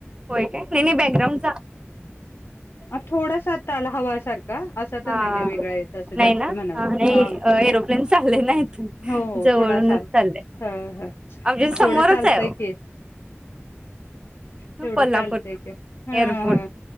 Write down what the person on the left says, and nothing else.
अ थोडासा आता आला हवा सारखा. अस
तर नाही काय वेगळा येत अस
जास्त
म्हणुन.
हा
हो
थोडासा
ह ह
तेवढ चालतय
की तेवढं
चालतंय की हा
हा